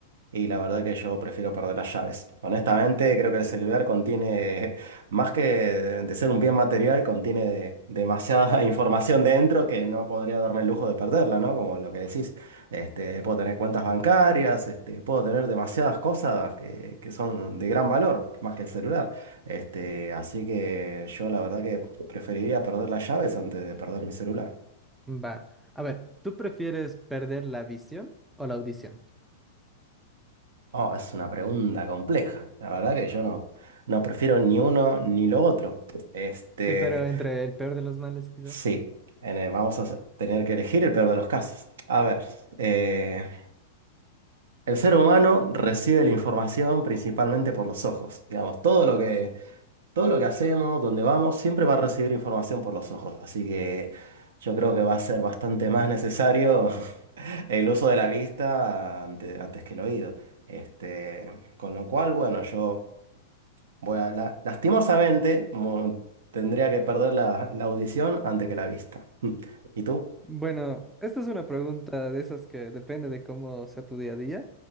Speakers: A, on the right; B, in the centre.
A: Y la verdad que yo prefiero perder las llaves. Honestamente, creo que el celular contiene, <laughs> más que de ser un bien material, contiene demasiada <laughs> información dentro que no podría darme el lujo de perderla, ¿no? Como lo que decís, este, puedo tener cuentas bancarias, este, puedo tener demasiadas cosas que, que son de gran valor, más que el celular. Este, así que yo la verdad que preferiría perder las llaves antes de perder mi celular.
B: Va. A ver, ¿tú prefieres perder la visión o la audición?
A: Oh, es una pregunta compleja. La verdad que yo no, no prefiero ni uno ni lo otro. Este,
B: Sí, pero entre el peor de los males, quizá.
A: sí, en el- vamos a tener que elegir el peor de los casos. A ver, eh, el ser humano recibe la información principalmente por los ojos. Digamos, todo lo que, todo lo que hacemos, donde vamos, siempre va a recibir información por los ojos. Así que yo creo que va a ser bastante más necesario <laughs> el uso de la vista ante- antes que el oído. Este, con lo cual, bueno, yo... Bueno, la- lastimosamente mo- tendría que perder la, la audición antes que la vista. <laughs> Mm. ¿Y tú?
B: Bueno, esta es una pregunta de esas que depende de cómo sea tu día a día,